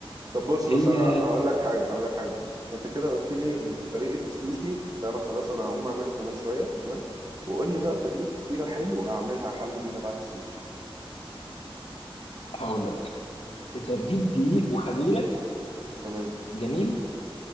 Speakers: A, on the right; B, on the left.
A: طب بص
B: هي
A: بص انا هقول لك حاجة هقول لك حاجة انت كده قلت لي
B: مم.
A: طريقة السوشي ده انا خلاص انا هقوم اعمله كمان شوية تمام وقول لي بقى طريقة فطيرة حلوة اعملها حل بيها بعد السوشي
B: هقول لك انت هتجيب دقيق وخميره
A: تمام
B: جميل